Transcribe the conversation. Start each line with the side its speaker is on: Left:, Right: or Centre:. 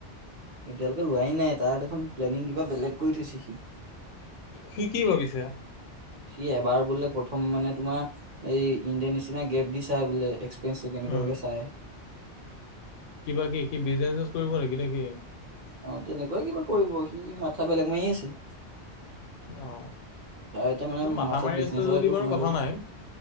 Right: এতিয়ালোকে লোৱাই নাই তাৰ দেখোন প্লেনিং কিবা বেলেগ কৰি থৈছে সি
Left: স কি ভাবিছে
Right: সি এবাৰ বোলে প্ৰথম মানে তোমাৰ এই ইণ্ডিয়ান এছিয়ানে গেপ দি চাই বোলে এক পিচু কিন
Left: উম,
Right: গলকে চায়।
Left: কিবা কি সি বিজনেচছ কৰিব নেকি- নেকি?
Right: অ, তেনেকুৱাই কিবা কৰিব সি মাথা বেলেগ মাৰি আছে।
Left: অ,
Right: তাৰ এতিয়া মানে
Left: ন মাথা
Right: মাথাত
Left: মাৰি
Right: বিজনেছৰ
Left: আছে যদি
Right: এইটো
Left: বাৰু
Right: সোমাই
Left: কথা
Right: গ'ল
Left: নাই।